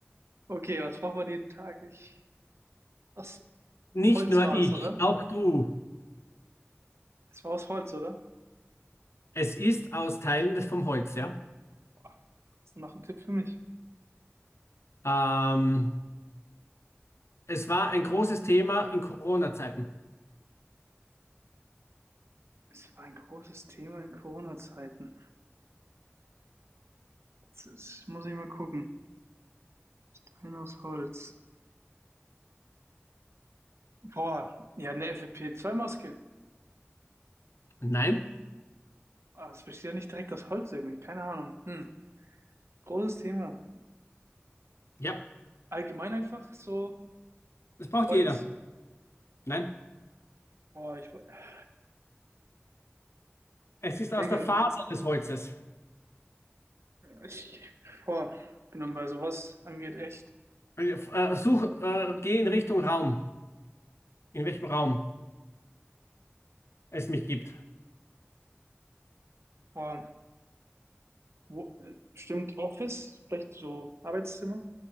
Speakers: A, on the right (about 75°); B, on the left (about 75°).
A: Okay, was braucht man jeden Tag? Ich. Aus
B: Nicht
A: Holz
B: nur
A: war
B: ich,
A: es, oder?
B: auch du.
A: Es war aus Holz, oder?
B: Es ist aus Teilen des vom Holz, ja.
A: Boah, hast du noch einen Tipp für mich?
B: Ähm, es war ein großes Thema in Corona-Zeiten.
A: Es war ein großes Thema in Corona-Zeiten. Jetzt ist, muss ich mal gucken. Stein aus Holz. Boah, ja, eine ffp zwei maske
B: Nein,
A: Ah, das besteht ja nicht direkt aus Holz irgendwie. Keine Ahnung. Hm. Großes Thema.
B: ja,
A: Allgemein einfach so
B: das braucht
A: Holz.
B: jeder. Nein,
A: Boah, ich, ich
B: es ist
A: überlege,
B: aus der Faser des Holzes.
A: ich boah, bin dann bei sowas angeht echt.
B: Äh, Such, äh, geh in Richtung Raum, in welchem Raum es mich gibt.
A: Boah, wo, äh, bestimmt Office, vielleicht so Arbeitszimmer.